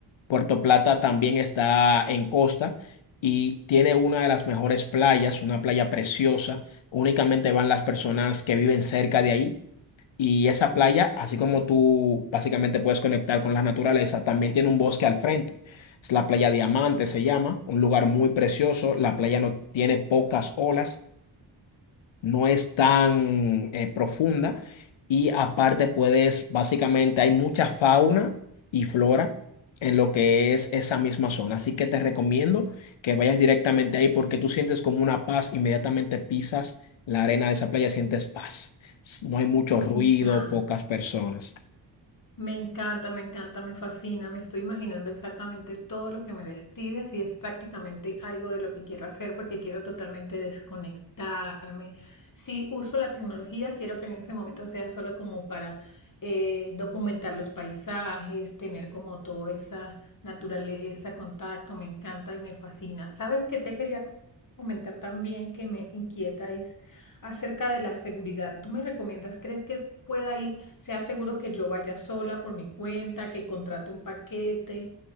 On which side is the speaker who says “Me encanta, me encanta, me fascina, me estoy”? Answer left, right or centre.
Left